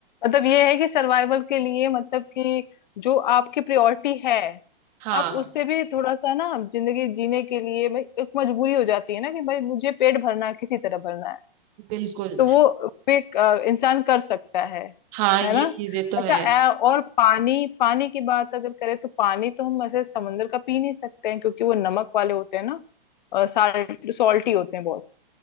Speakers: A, on the left; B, on the right.
A: मतलब ये है कि सर्वाइवल के लिए मतलब कि जो आपकी प्रायोरिटी है
B: हाँ
A: आप उससे भी थोड़ा सा ना जिंदगी जीने के लिए भाई एक मजबूरी हो जाती है ना कि भाई मुझे पेट भरना है किसी तरह भरना है
B: बिल्कुल
A: तो वो भी अ, इंसान कर सकता है
B: हाँ ये
A: है ना
B: चीजें तो
A: अच्छा
B: है
A: अ, और पानी पानी की बात अगर करें तो पानी तो हम ऐसे समंदर का पी नहीं सकते हैं क्योंकि वो नमक वाले होते हैं ना सॉल्टी होते हैं बहुत